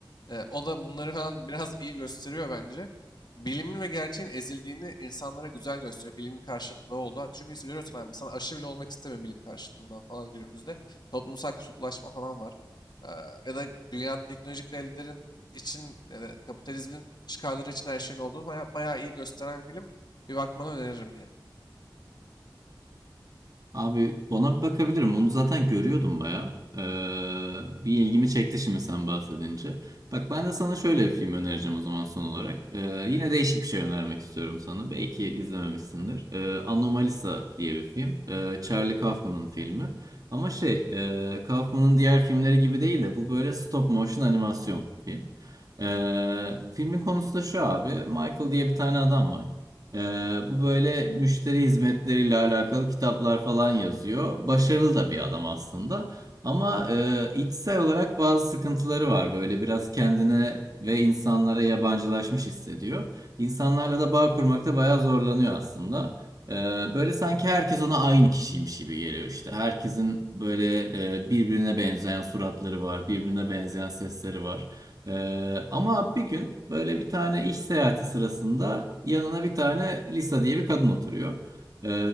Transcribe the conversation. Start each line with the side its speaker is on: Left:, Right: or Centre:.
Left: Ee, o da bunları falan biraz iyi gösteriyor bence. Bilimin ve gerçeğin ezildiğini insanlara güzel gösteriyor. Bilimin karşıtlığı oldu. Çünkü görüyorsun abi insan aşırı bile olmak istemiyor bilim karşıtlığından falan günümüzde. Toplumsal kutuplaşma falan var. Ee, ya da dünyada teknolojik devletlerin için ya da kapitalizmin çıkarları için her şeyin olduğunu bayağı, bayağı iyi gösteren bir film. Bir bakmanı öneririm yani.
Right: Abi ona bir bakabilirim. Onu zaten görüyordum baya. Ee, bir ilgimi çekti şimdi sen bahsedince. Bak ben de sana şöyle bir film önereceğim o zaman son olarak. Ee, yine değişik bir şey önermek istiyorum sana. Belki izlememişsindir. Ee, Anomalisa diye bir film. Ee, Charlie Kaufman'ın filmi. Ama şey, e, Kaufman'ın diğer filmleri gibi değil de bu böyle stop motion animasyon film. Ee, filmin konusu da şu abi. Michael diye bir tane adam var. Ee, bu böyle müşteri hizmetleriyle alakalı kitaplar falan yazıyor. Başarılı da bir adam aslında. Ama e, içsel olarak bazı sıkıntıları var. Böyle biraz kendine ve insanlara yabancılaşmış hissediyor. İnsanlarla da bağ kurmakta bayağı zorlanıyor aslında. Ee, böyle sanki herkes ona aynı kişiymiş gibi geliyor işte. Herkesin böyle e, birbirine benzeyen suratları var, birbirine benzeyen sesleri var. Ee, ama bir gün böyle bir tane iş seyahati sırasında yanına bir tane Lisa diye bir kadın oturuyor. Ee,